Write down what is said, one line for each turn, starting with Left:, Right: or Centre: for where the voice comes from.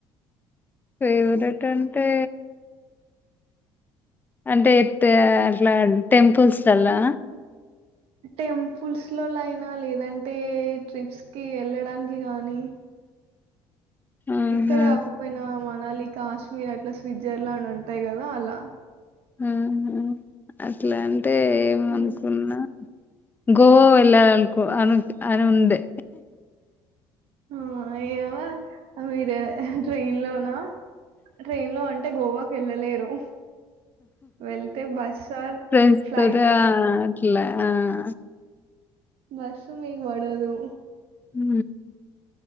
Left: ఫేవరెట్ అంటే అంటే ఇట అట్లా టెంపుల్స్ లల్లా
Right: టెంపుల్స్ లో అయినా లేదంటే ట్రిప్స్ కి వెళ్ళడానికి గానీ
Left: ఆహా!
Right: ఇక్కడే కాకపోయినా మనాలి కాశ్మీర్ అట్లా స్విట్జర్లాండ్ ఉంటాయి కదా అలా
Left: ఉహు అట్లా అంటే ఏమనుకున్నా
Right: హ్మ్
Left: గోవ వెళ్ళలనుకొ అని ఉండే
Right: ఆ ఏవర్ ఆ మీరే ట్రైన్ లోనా ట్రైన్ లో అంటే గోవాకి వెళ్ళలేరు వెళ్తే బస్ర్ ఆర్
Left: ఫ్రెండ్స్
Right: ఫ్లైట్
Left: తోటి ఆ అట్ల ఆ
Right: బస్సు మీకు పడదు
Left: ఊ